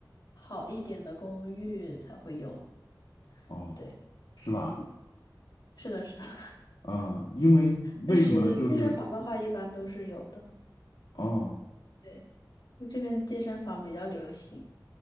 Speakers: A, on the left; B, on the left.
A: 好一点的公寓才会有。
B: 哦，
A: 对，
B: 是吧？
A: 嗯，是的，是的。<laughs>
B: 啊，因为为什么呢？
A: 但是健身房的话，
B: 就是
A: 一般都是有的。
B: 哦，
A: 对。就这边健身房比较流行。